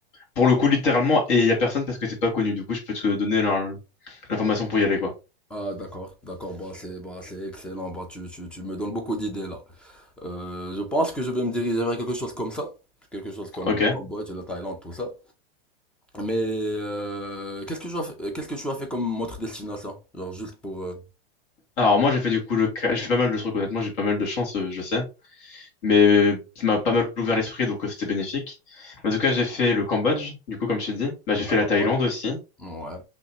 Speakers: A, on the left; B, in the centre.
A: Pour le coup, littéralement, et il y a personne parce que c'est pas connu. Du coup, je peux te donner l'in- l'information pour y aller, quoi.
B: Ah d'accord, d'accord, bah c'est bah, c'est excellent, bah tu, tu, tu me donnes beaucoup d'idées là. Euh, je pense que je vais me diriger vers quelque chose comme ça, quelque chose comme
A: Ok.
B: le Cambodge, la Thaïlande, tout ça. Mais euh, qu'est-ce que tu as fait, qu'est-ce que tu as fait comme autre destination? Genre juste pour... euh,
A: Alors moi, j'ai fait du coup le, ca- j'ai fait pas mal de trucs. Honnêtement, j'ai eu pas mal de chance, euh, je sais, mais euh, ça m'a pas mal ouvert l'esprit, donc euh, c'était bénéfique. En tout cas, j'ai fait le Cambodge. Du coup, comme je t'ai dit, bah, j'ai
B: D'accord,
A: fait la Thaïlande
B: ouais.
A: aussi.
B: Ouais,